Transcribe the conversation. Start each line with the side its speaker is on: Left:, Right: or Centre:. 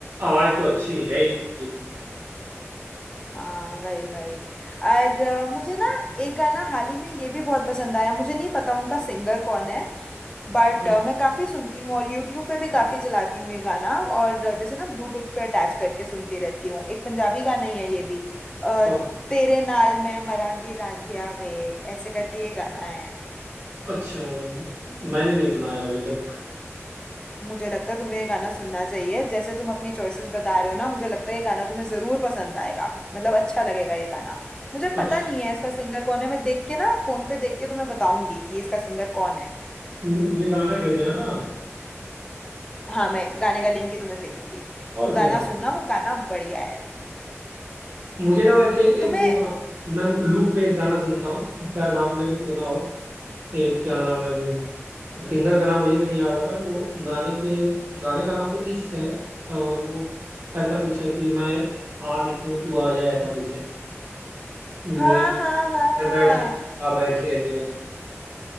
Right: आवाज तो अच्छी है ही उनकी
Left: हाँ वही वही और अ, मुझे ना एक गाना हाल ही में ये भी बहुत पसंद आया मुझे नहीं पता उनका सिंगर कौन है बट
Right: कौन
Left: मैं
Right: सा
Left: काफी सुनती हूँ और यूट्यूब पे भी काफी चलाती हूँ ये गाना और अ, जैसे ना ब्लूटूथ पे अटैच करके सुनती रहती हूँ एक पंजाबी गाना ही है ये भी अ,
Right: कौन सा
Left: तेरे नाल मैं मरांगी रांझिया वे ऐसे करके ये गाना है
Right: अच्छा मतलब मैंने नहीं सुना यार अभी तक
Left: मुझे लगता है तुम्हें ये गाना सुनना चाहिए जैसे तुम अपनी चॉइसेस बता रहे हो ना मुझे लगता है ये गाना तुम्हें जरूर पसंद आएगा मतलब अच्छा लगेगा ये गाना मुझे पता
Right: अच्छा
Left: नहीं है इसका सिंगर कौन है मैं देख के ना फोन पे देख के तुम्हें बताऊंगी कि इसका सिंगर कौन है
Right: मु- मुझे गाना ही भेज देना ना
Left: हाँ मैं गाने का लिंक ही तुम्हें भेजूंगी
Right: और
Left: वो
Right: क्या
Left: गाना सुनना वो गाना बढ़िया है
Right: मुझे ना वैसे
Left: तुम्हें
Right: एक वो गाना मैं लूप में एक गाना सुनता हूँ शायद आपने भी सुना हो एक क्या नाम है वो सिंगर का नाम मुझे भी नहीं याद आ रहा वो गाने के गाने का नाम तो इश्क है और वो ऐसा कुछ है कि मैं आ लिखूं तू आ जाए ऐसा कुछ है मैं
Left: हाँ हाँ हाँ
Right: मैं बैठ
Left: हाँ
Right: लिखूं तू आ बैठे ऐसे करके है